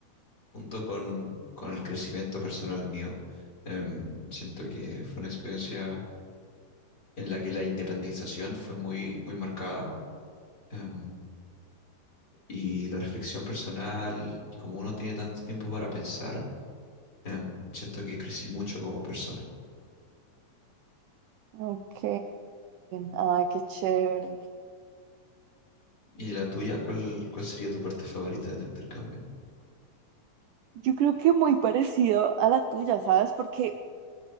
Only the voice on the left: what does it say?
junto con, con el crecimiento personal mío. Em, siento que fue una experiencia en la que la independización fue muy, muy marcada, em, y la reflexión personal, y como uno tiene tanto tiempo para pensar, em, siento que crecí mucho como persona.
¿Y la tuya? ¿Cuál, cuál sería tu parte favorita de tu intercambio?